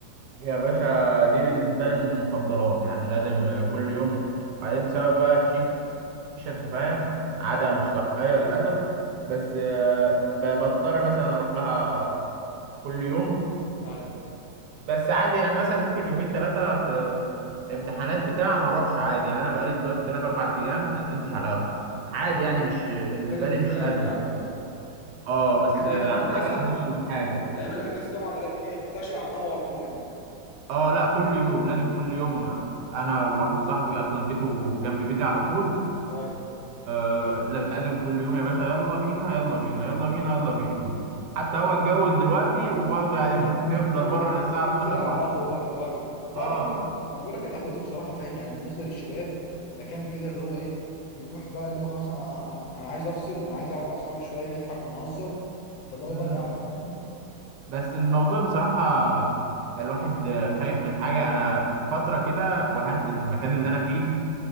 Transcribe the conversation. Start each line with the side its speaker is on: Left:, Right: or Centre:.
Right: يا باشا دي بالنسبة لي من المفضلات يعني لازم كل يوم وبعدين بسبب بقى الشيشة أنت فاهم عادة
Left: ايوه
Right: مش صحية للأسف بس آه، ب- بضطر مثلا أروح لها كل يوم
Left: ايوه
Right: بس عادي يعني مثلا ممكن يومين ثلاثة في امتحانات بتاع ما أروحش عادي يعني أنا بقالي دلوقتي ثلاث أربع أيام ما نزلتش على القهوة عادي يعني مش بالنسبة
Left: في الامتحانات
Right: لي مش أزمة
Left: يعني اه
Right: أه بس
Left: كان ايام
Right: آه،
Left: الاجازة
Right: حاجة أهم من حاجة
Left: ايام الاجازة طبعا را- ايه راشق على القهوة على طول يعني
Right: أه لا كل يوم لازم كل يوم أنا وواحد صاحبي أصلا بيته جنب بيتي على طول
Left: ايوه
Right: آه لازم كل يوم يا باشا يلا بينا يلا بينا يلا بينا يلا بينا حتى
Left: ايوه
Right: هو اتجوز دلوقتي وبرضه يعني <laughs> نفضل
Left: برضه
Right: بره للساعة
Left: بينزل
Right: 12
Left: على
Right: واحدة
Left: القهوه برضه ايوه لا
Right: اه
Left: لا ما انا بقول لك القهوه دي بصراحه فاهم يعني بالنسبه للشباب مكان كده اللي هو ايه بيروح بقى اللي هو خلاص انا انا عايز افصل انا عايز اقعد مع اصحابي شويه نضحك ونهزر فاللي هو
Right: امم
Left: بقى القهوه فاهم
Right: بس الموضوع بصراحة الواحد خايف من حاجة انا فترة كده وهنقل من المكان اللي انا فيه